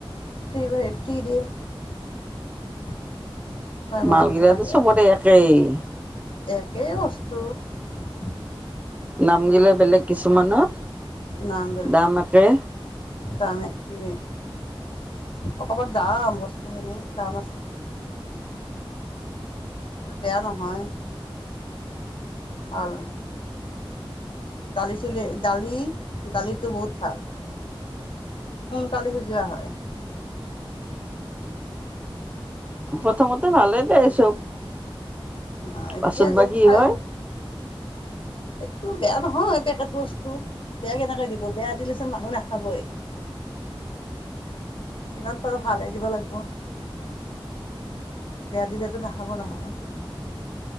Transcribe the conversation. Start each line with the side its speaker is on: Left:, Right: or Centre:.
Left: ফ্ৰী ফ্ৰী দিয়ে <unintelligible> ছয় মাহৰ
Right: মালগৰাাতো
Left: পিছত আহে
Right: চবতে
Left: আৰু
Right: একেই <unintelligible>
Left: একেই বস্তু ত <unintelligible>
Right: নামগিলে বেলেগ কিছুমানৰ
Left: নাম গলে
Right: দাম একে
Left: তমানে কি অকমান দাম বস্তু <unintelligible> খিন কাম আছে। কিন্তু বেয়া নহয়। ভাল। ডালি চিলি ডালি দালিটো বহুত ভাল সোনকালি সিজোৱা হয়।
Right: প্ৰথমতে ভালেই দেই চব
Left: অ এতিয়া
Right: পাছত
Left: যে
Right: বা কি
Left: খাই
Right: হয়
Left: টো বেয়া নহয় পেকেট বস্তু বেয়া কেনেকে দিব বেয়া দিলেচোন মানুহ নাখাবই যিমান পাৰো ভালেই দিব লাগিব বেয়া দিলেতো নাখাব নহয়